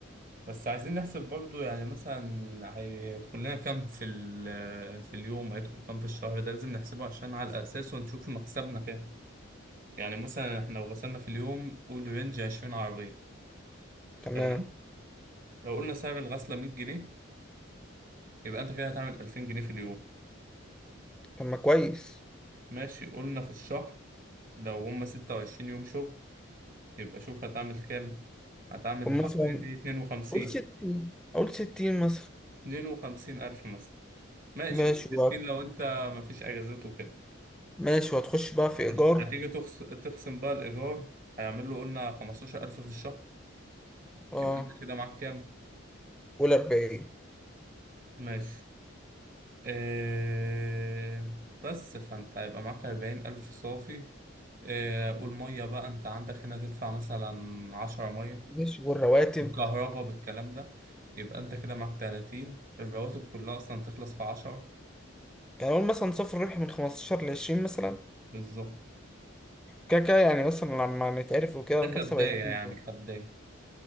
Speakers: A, on the right; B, in the centre.
A: بس عايزين نحسب برضو يعني مثلا هيدخل لنا كام في ال- في اليوم هيدخل كام في الشهر ده لازم نحسبه عشان على أساسه نشوف مكسبنا كام يعني مثلا احنا لو غسلنا في اليوم قول رينج 20 عربية
B: تمام
A: تمام لو قلنا سعر الغسلة 100 جنيه يبقى انت كده هتعمل 2000 جنيه في اليوم
B: طب ما كويس
A: ماشي قلنا في الشهر لو هما 26 يوم شغل يبقى شوف هتعمل كام هتعمل
B: طب مثلا
A: حوالي 52
B: قول ستين قول ستين مثلا
A: 52 ألف مثلا ماشي
B: ماشي
A: قول 60
B: وقت
A: لو انت مفيش أجازات وكده
B: ماشي وهتخش بقى في ايجار
A: ماشي. هتيجي تخص... تخصم بقى الإيجار هيعمل له قلنا 15000 في الشهر
B: اه
A: يبقى انت كده معاك كام
B: قول أربعين
A: ماشي آه، بس فانت هيبقى معاك أربعين ألف صافي آه، والمية بقى انت عندك هنا تدفع مثلا عشرة مية
B: ماشي والرواتب
A: بالكهرباء بالكلام ده يبقى انت كده معاك تلاتين الرواتب كلها أصلا تخلص في عشرة
B: يعني قول مثلا صفر ربح من خمستاشر لعشرين مثلا
A: بالظبط
B: كده كده يعني مثلا لما نتعرف وكده
A: ده
B: المكسب
A: كبداية
B: هيزيد
A: يعني كبداية